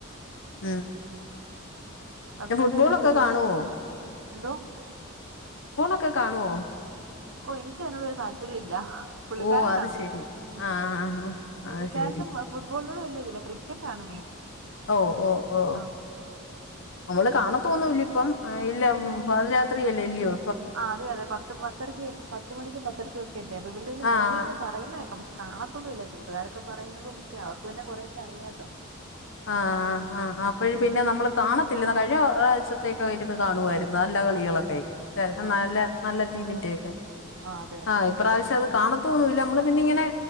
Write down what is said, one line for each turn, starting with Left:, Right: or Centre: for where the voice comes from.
Left: ഉം
Right: ഹസ്ബൻറ്
Left: പിന്നെ ഫുട്ബോളൊക്കെ
Right: എന്നാ ജോലി
Left: കാണുവോ
Right: എന്തോ?
Left: ഒക്കെ കാണോ
Right: ഓ എനിക്ക്തിനോ ഒരു താല്പര്യം ഇല്ല പുള്ളിക്കാരൻ
Left: ഓ അത്
Right: കാണും
Left: ശെരി
Right: ഉം
Left: ആഹ് ആഹ്
Right: പുള്ളിക്കാരനും
Left: അത് ശെരി
Right: അത് ഫുട്‌ബോൾ തിനോട് വല്യതില്ലാ ക്രിക്കറ്റ് ആണ് മെയിൻ
Left: ഓ ഓ ഓ
Right: ആ
Left: നമ്മള് കാണത്തോന്നില്ല ഇപ്പം ആ ഇല്ല പതിരാത്രിയല്ലേ ഇല്ല്യയോ
Right: അ അതെ അതെ പത്ത് പത്തരക് പത്ത് മണിക്കും പത്തരക്കും ഒക്കെ അല്ലേ അപ്പൊ ഇവിടെ ഇരുന്ന്
Left: ആഹ്
Right: മോളിരുന്ന് പറയുന്നതേക്കാം പക്ഷെ കാണത്തതും ഇല്ലേ കൂട്ടുകാരൊക്കെ പറയുന്നതും ഒക്കെ അവർക്ക് പിന്നെ കൊറേക്കെ അറിയാല്ലോ
Left: ആആ അ അപ്പയ് പിന്നെ നമ്മള് കാണത്തില്ല എന്ന കഴിഞ്ഞഴ്ച തെക്കഇരുന്നു കാണുആയിരുന്നു നല്ല കളികളൊക്കെ
Right: കാണും. ആ
Left: നല്ല നല്ല ടീമിന്റക്കെ
Right: ആ, അതെ അതെ
Left: അ ഇപ്രാവശ്യം അത് കാണത്തോന്നുംല്ല നമ്മള് പിന്നെ ഇങ്ങനെ